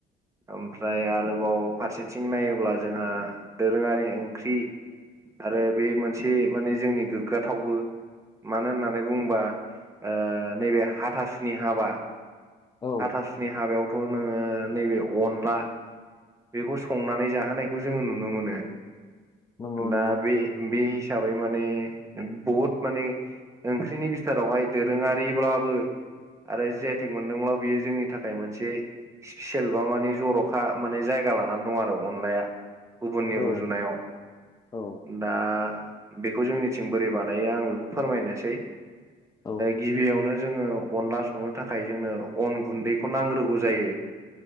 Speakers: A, on the right; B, on the left.
A: ओमफ्राय आरोबाव फारसेथिं नायोब्ला जोंहा दोरोङारि ओंख्रि आरो बे मोनसे माने जोंनि गोग्गाथावबो मानो होननानै बुङोबा ओ नैबे हाथासुनि हाबा
B: औ
A: हाथासुनि हाबायावथ' नोङो नैबे अनला बेखौ संनानै जाहोनायखौ जोङो नुनो मोनो।
B: नंगौ
A: दा
B: नंगौ
A: बे बे हिसाबै माने बहुद माने ओंख्रिनि बिथोरावहाय दोरोङारिब्लाबो आरो जि आइ थेग मोनदोंब्ला बियो जोंनि थाखाय मोनसे स्पिसिल बा माने जर'खा माने जायगा लानानै दं आरो अ अनलाया गुबुननि
B: औ
A: रुजुनायाव।
B: औ
A: दा बेखौ जोंनिथिं बोरै बानायो आं बेखौ फोरमायनोसै
B: औ
A: गिबियावनो जोङो अनला संनो थाखाय जोंनो अन गुन्दैखौ नांग्रोगौ जायो।